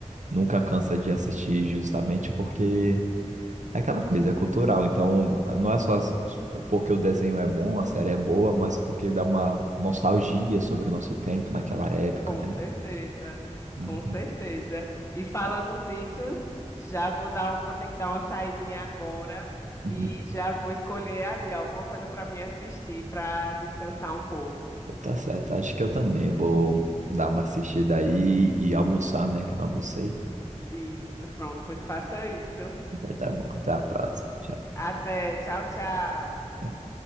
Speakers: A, on the right; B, on the left.
A: nunca cansa de assistir justamente porque é aquela coisa, é cultural. Então, não é só s- porque o desenho é bom, a série é boa, mas porque dá uma nostalgia sobre o nosso tempo naquela época,
B: Com
A: né?
B: certeza,
A: Uhum,
B: com certeza. E falando nisso, já vou dar, vou ter que dar uma saidinha agora
A: uhum.
B: e já vou escolher ali alguma coisa para me assistir, para descansar um pouco.
A: Tá certo, acho que eu também vou dar uma assistida aí e almoçar, né? Que eu não almocei.
B: Isso, pronto, pois faça isso.
A: Vai dar bom. Até a próxima. Tchau.
B: Até, tchau, tchau.
A: tchau.